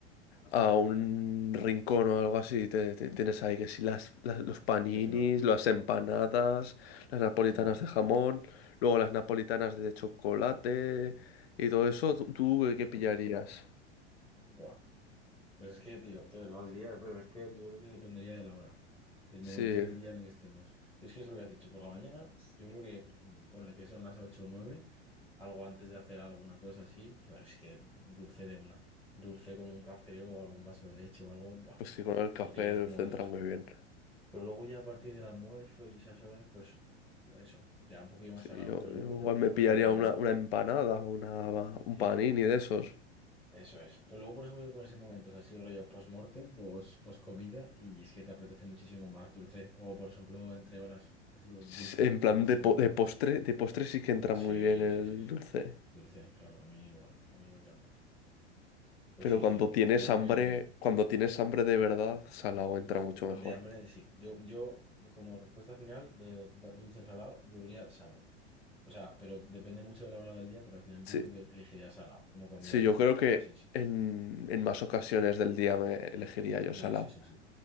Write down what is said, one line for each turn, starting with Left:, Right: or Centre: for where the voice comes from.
Left: a un rincón o algo así. te- te- tienes ahí que si las, las- los paninis,
Centre: Esa es una locura.
Left: las empanadas, las napolitanas
Centre: Eso es una locura.
Left: de jamón, luego las napolitanas de chocolate y todo eso, ¿tú, tú qué pillarías?
Centre: Buah. Pues es que, tío, te lo diría, pero es que yo creo que dependería de la hora, del
Left: Sí,
Centre: momento del día en el que estemos. Y es que es lo que has dicho, por la mañana, yo creo que mm, ponle que son las 8 o 9, algo antes de hacer alguna cosa así, pues es que dulce de una. Dulce con un café o algún vaso de leche o algo, buah,
Left: pues sí, con el café
Centre: y te quedas como
Left: centra
Centre: Dios.
Left: muy bien.
Centre: Pero luego ya a partir del almuerzo y esas horas, pues eso, ya un poquillo más
Left: Sí,
Centre: salado.
Left: yo,
Centre: Pero luego
Left: yo
Centre: te
Left: igual
Centre: pones,
Left: me
Centre: por
Left: pillaría
Centre: ejemplo, en,
Left: una, una empanada, una, un
Centre: sí,
Left: panini de esos.
Centre: Eso es. Pero luego, por eso te pones en momentos así, rollo post-mortem, post, comida y es que te apetece muchísimo más dulce. O, por ejemplo, entre horas, es lo dulce,
Left: S- En
Centre: es
Left: plan
Centre: lo que mejor
Left: de, po-
Centre: entra.
Left: de postre, de postre sí que entra
Centre: Sí,
Left: muy bien
Centre: sí,
Left: el
Centre: sí, sí.
Left: dulce.
Centre: Dulce, claro, a mí igual, a mí me encanta. Pues
Left: Pero
Centre: sí,
Left: cuando
Centre: sí,
Left: tienes
Centre: yo creo
Left: hambre,
Centre: que
Left: cuando tienes hambre de verdad, salado entra mucho
Centre: de
Left: mejor.
Centre: hambre, sí. Yo, yo como respuesta final de dulce o salado, yo diría salado. O sea, pero depende mucho de la hora del día, pero al final
Left: Sí.
Centre: yo creo que elegiría salado como comida
Left: Sí, yo
Centre: principal.
Left: creo que
Centre: Sí, sí.
Left: en, en más ocasiones del día me elegiría yo
Centre: Sí,
Left: salado.
Centre: sí, sí, sí.